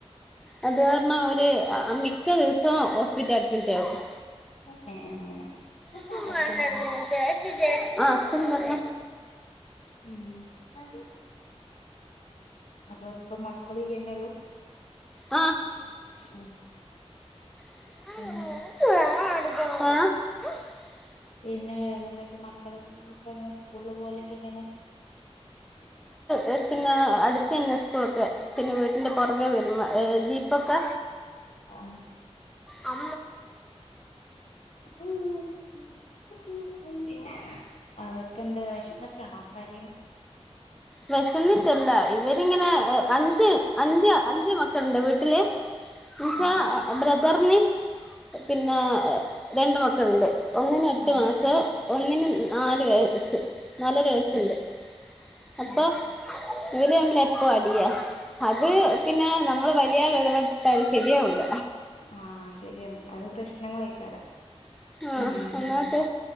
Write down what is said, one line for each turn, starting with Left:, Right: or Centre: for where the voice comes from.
Centre: അത് കാരണം ഒരുര് മിക്ക ദിവസവും ഹോസ്പിറ്റൽ അഡ്മിറ്റ് ആകും
Left: ക്കെ അങ്ങനെ
Centre: സുമ
Left: അച്ഛനോ
Centre: നടക്ക ശരി ആഹ സന്നല്ല
Left: ഉം അ അപ്പൊ ഇപ്പൊ മക്കളന്നെള്ളു
Centre: ആ
Left: ഉം
Centre: അ
Left: പിന്നെ പിന്നെ വേറെ എന്തൊക്കെ മക്കള ഇങ്ങനെ സ്കൂള് പോലെയക്കെ ഇങ്ങനെ
Centre: ഏ പിന്നെ അടുത്ത തന്നെ സ്കൂളൊക്കെ പിന്നെ വീട്ടിന്റെ പുറകെ വരും ഏ ജീപ്പൊക്കെ
Left: ആ
Centre: ആ
Left: ഉ ഉ ഉ അവർക്കെന്താ വിഷന്നിട്ടാണോ കാര്യന
Centre: വിശന്നിട്ടല്ല ഇവരിങ്ങനെ അഞ്ച് അഞ്ച് അഞ്ച് മക്കളുണ്ട് വീട്ടില് മച്ചാ
Left: ആ
Centre: ബ്രദറിന് പിന്നെ രണ്ട് മക്കളുണ്ട് ഒന്നിന എട്ട്
Left: ആ
Centre: മാസോ ഒന്നിിനന് നാാല വയസ്സ് നല്ലൊരു വയസ്സുണ്ട്
Left: ഉം
Centre: അപ്പൊ
Left: ഉം
Centre: ഇവല് തമ്മിൽ എപ്പ അടിയ അത് പിന്നെ നമ്മള് പിിയൽ ഇടപെട്ടാത് ശരിയ കൂട
Left: ആഹ ശരിയാണ് അത് പ്രശ്നങ്ങൾായിക്കാരം
Centre: ആഹ്
Left: ഉം ഹം
Centre: ഒന്നാമത്തെ